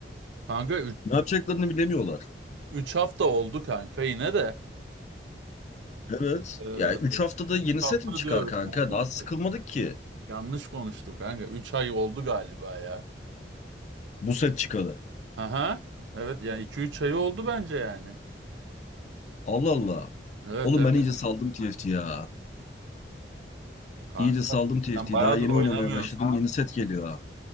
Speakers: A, on the right; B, on the left.
A: Kanka
B: Ne yapacaklarını bilemiyorlar.
A: 3 hafta oldu kanka yine de.
B: Evet.
A: Ee,
B: Yani 3 haftada yeni
A: 3 hafta
B: set mi çıkar
A: diyorum
B: kanka?
A: ya. Üç
B: Daha sıkılmadık
A: ay.
B: ki
A: Yanlış konuştum kanka. üç ay oldu galiba ya.
B: bu set çıkalı.
A: Aha. Evet yani iki üç ay oldu bence yani.
B: Allah Allah.
A: Evet
B: Oğlum
A: evet
B: ben iyice saldım TFT ya.
A: kanka.
B: İyice saldım TFT.
A: Sen bayağıdır
B: Daha yeni
A: oynamıyorsun.
B: oynamaya başladım. Yeni set geliyor